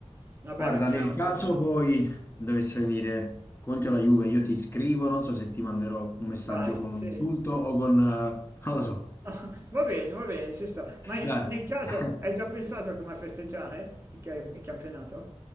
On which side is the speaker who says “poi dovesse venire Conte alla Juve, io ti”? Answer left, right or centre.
Left